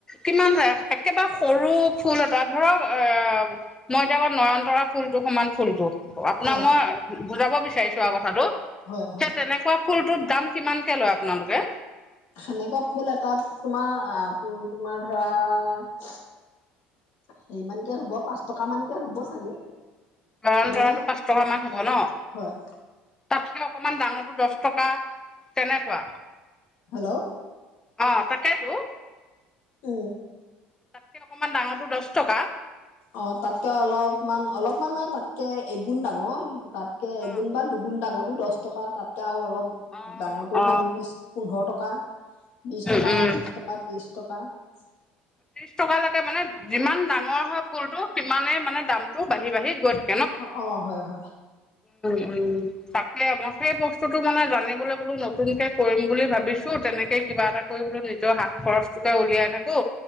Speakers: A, on the left; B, on the left.
A: কিমান যায় একেবাৰে সৰু ফুল এটা ধৰক অ মই এতিয়া আকৌ নয়ন তৰা ফুলটো সমান ফুলটো। আপোনাক
B: অ
A: মই বুজাব বিচ চাইছোৱা আৰু কথাটো।
B: হয় হয়
A: সেই তেনেকুৱা ফুলটোত দাম কিমানকে লয় আপোনালোকে
B: সেনেকুৱা ফুল এটাত তোমাৰ তোমাৰ ধৰা আ সেইমানকে হ'ব পাঁচ টকা মানকে হ'ব চাগে।
A: নয়নতৰাটো
B: তাৰমানে
A: পাঁচ টকা মান হ'ব ন
B: হয়
A: তাতছ অকমান ডাঙৰটো দহ টকা। তেনেকুৱা।
B: হেল্ল'
A: অ তাকেইতো।
B: উম
A: তাতকে অকমান ডাঙৰটো দহ টকা।
B: অ তাতকে অলপমান অলপমান মানে তাতকে এগুণ ডাঙৰ তাত। কে
A: অ
B: এগুণ বা দুগুণ ডাঙৰো দহ। টকা তাতে আৰু অলপ।
A: অ
B: ডাঙৰটো
A: অ
B: হ'ল বিশ পোন্ধৰ টকা। বিশ
A: উম
B: টকা
A: উম
B: পঁচিশ টকা ত্ৰিশ টকা। <inaudible> <unintelligible>
A: ত্ৰিশ টকালৈকে মানে যিমান ডাঙৰ হয় ফুলটো সিমানে মানে দামতটো বাঢ়ি -বাঢ়ি গৈ থ
B: অ -অ - হয় -হয়
A: উম ', তাকে মই সেই বস্তুতটো মানে জানিবলৈ বোলো নতুনকে কৰিম বুলি ভাবিছো তেনেকে কিবা এটা কৰি বলো নিজৰ হাত খৰচটোকে উলিয়াই থাকো।